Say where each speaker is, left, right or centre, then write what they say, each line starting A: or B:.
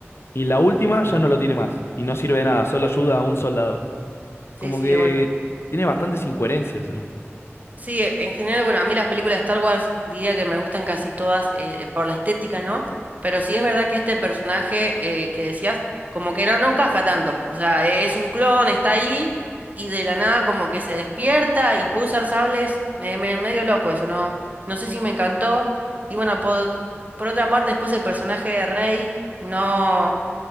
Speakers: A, on the left; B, on the right.
A: Y la última ya no lo tiene más. Y no sirve de nada, solo ayuda a un soldado.
B: Sí,
A: Como
B: sí,
A: que
B: bueno.
A: tiene bastantes incoherencias, ¿no?
B: Sí, en general, bueno, a mí las películas de Star Wars diría que me gustan casi todas eh, por la estética, ¿no? Pero sí es verdad que este personaje eh, que decías, como que no, no encaja tanto. O sea, e, es un clon, está ahí y de la nada como que se despierta y puede usar sables. Me, me- medio loco eso, ¿no? No sé si me encantó. Y bueno, por, por otra parte, después el personaje de Rey no,